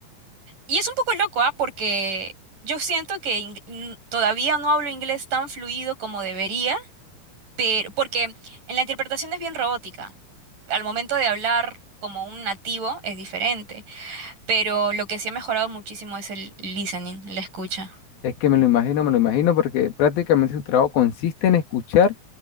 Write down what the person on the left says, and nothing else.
es que me lo imagino, me lo imagino, porque prácticamente su trabajo consiste en escuchar